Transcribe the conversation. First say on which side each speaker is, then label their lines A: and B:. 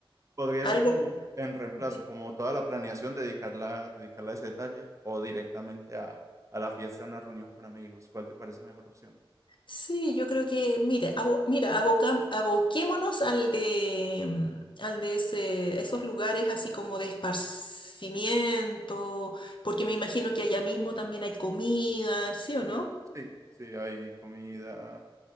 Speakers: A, on the right (about 35°); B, on the left (about 60°).
A: Podría
B: algo.
A: ser como en reemplazo,
B: de-
A: como toda la planeación, dedicarla, dedicarla a ese detalle o directamente a, a la fiesta, a una reunión con amigos. ¿Cuál te parece mejor opción?
B: Sí, yo creo que, mira abo- mira, abocam- aboquémonos al de, mm, al de ese, esos lugares así como de esparcimiento, porque me imagino que allá mismo también hay comida, ¿sí o no?
A: Sí, sí, hay comida,